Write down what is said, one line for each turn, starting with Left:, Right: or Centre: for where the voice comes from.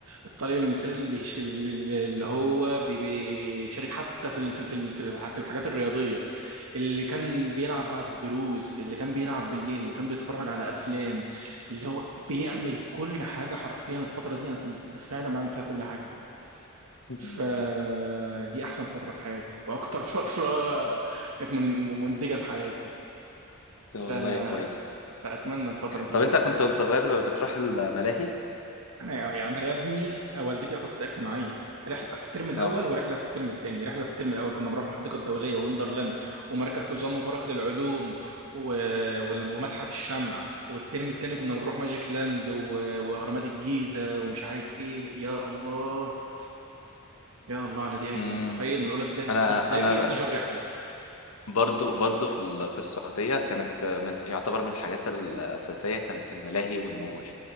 Right: الطالب المثالي اللي بيش... اللي هو بي- بيشارك حتى في ال... في في في الحاجات الرياضية اللي كان بيلعب بعد الدروس اللي كان بيلعب بالليل اللي كان بيتفرج على افلام اللي هو بيعمل كل حاجه حرفيا الفتره دي انا كنت فعلا بعمل فيها كل حاجه
Left: مم.
Right: فدي احسن فتره في حياتي واكتر <laughs> فتره كانت من- منتجه في حياتي
Left: والله
Right: ف...
Left: كويس
Right: فاتمنى الفتره دي
Left: طب
Right: ترجع
Left: انت كنت وانت صغير بتروح الملاهي
Right: انا يعني يعني يا ابني والدتي اخصائيه اجتماعيه رحله في الترم الاول
Left: اه
Right: ورحله في الترم الثاني رحله في الترم الاول كنا بنروح الحديقه الدوليه وندرلاند ومركز سوزان مبارك للعلوم و... وال- ومتحف الشمع والترم الثاني كنا بنروح ماجيك لاند و... واهرامات الجيزه ومش عارف ايه يا الله يا الله على دي ايام
Left: مم.
Right: تخيل من اولى ابتدائي لسته
Left: انا
Right: ابتدائي
Left: انا
Right: 12 رحله
Left: برضو برضو في ال- في السعودية كانت من يعتبر من الحاجات الأساسية كانت الملاهي والمول